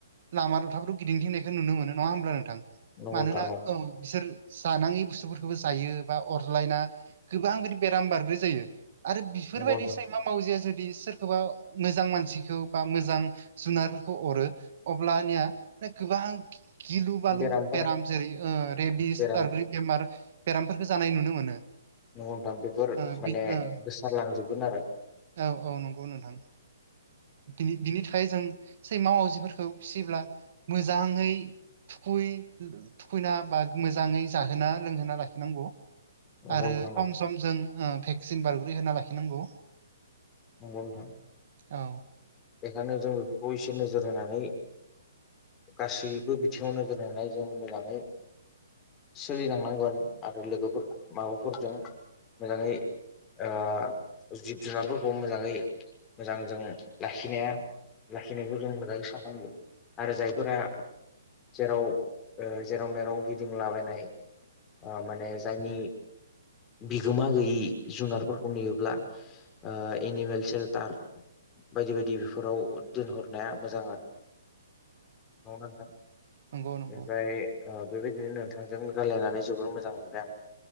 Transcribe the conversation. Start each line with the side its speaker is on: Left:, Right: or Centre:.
Right: लामा दथाफोरखौ गिदिंथिनायखौ नुनो मोनो नङा होमब्ला नोंथां?
Left: नोंथां
Right: मानोना
Left: नंगौ
Right: औ बिसोर जानाङि बुस्थुफोरखौबो जायो बा अरलायना गोबां बेबादि बेराम बार जायो आरो बेफोरबायदि
Left: नंगौ नोंथां
Right: सैमा मा मावजिया जुदि सोरखौबा मोजां मानसिखौ बा मोजां जुनारफोरखौ अरो अब्लानिया गोबां गिलु बालु
Left: बेरामफोरा
Right: बेराम जेरै ओ रेदिस
Left: बेराम
Right: आरो बेराम खो जानाय नुनो मोनो
Left: नंगौ दा बेफोर
Right: ओ
Left: माने
Right: बि ओ
Left: गोसारलांजोबगोन आरो
Right: औ औ नंगौ नोंथां बि बिनि थाखाय जों सैमाजिफोरखौ फिसिब्ला मोजांङै थुखै थुखैना बा मोजांङै जाहोना लोंहोना लाखिनांगौ
Left: नंगौ
Right: आरो
Left: नोंथां नंगौ
Right: सम सम जों ओ भेक्सिन बारग्रै होना लाखिनांगौ।
Left: नंगौ नोंथां
Right: औ
Left: बेखायनो जों बेफोरखौ एसे नोजोर होनानै गासैबो बिथिंङाव नोजोर होनाय जों मोजांङै सोलिलांनांगोन आरो लोगोफोर माबाफोरजों मोजांङै ओ जिब जुनारफोरखौ मोजांङै मोजां जों लाखिनाया लाखिनायखौ जों मोजांङै साननांगौ आरो जायफोरा जेराव ओ जेराव मेराव गिदिंलाबायनाय ओ माने जायनि बिगोमा गैयि जुनारफोरखौ नुयोब्ला ओ एनिमेल सेल्टार बायदि बायदि बेफोराव दोनहरनाया मोजां आरो नंगौ ना नोंथां
Right: नंगौ नंगौ
Left: ओमफ्राय ओ बेबायदिनो नोंथांजों राय्लायनानै जोबोर मोजां मोनबाय आं